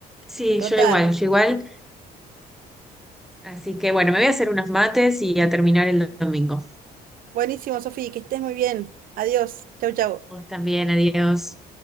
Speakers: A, in the centre; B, on the right (about 55°).
A: Sí,
B: Total.
A: yo igual, yo igual. Así que bueno, me voy a hacer unos mates y a terminar el domingo.
B: Buenísimo, Sofi, que estés muy bien. Adiós. Chau, chau.
A: Vos también, adiós.